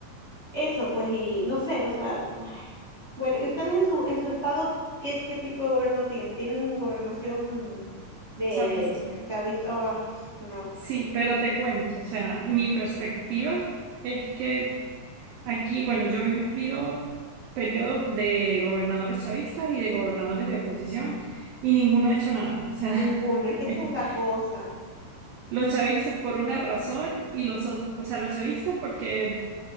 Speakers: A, on the right; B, on the right.
A: eso, pues, y no sé, o sea, ay. bueno, ¿y ustedes en su, en su estado qué, qué tipo de gobierno tienen? ¿Tienen gobernación de
B: Se ha visto.
A: chavista Ay, no.
B: Sí, pero te cuento, o sea, mi perspectiva es que aquí, bueno, yo he vivido periodos de gobernadores chavistas y de gobernadores de oposición y ninguno ha hecho nada. O sea,
A: Ninguno, es
B: <laughs>
A: que esa es la cosa.
B: los chavistas por una razón y los otros, o sea, los chavistas porque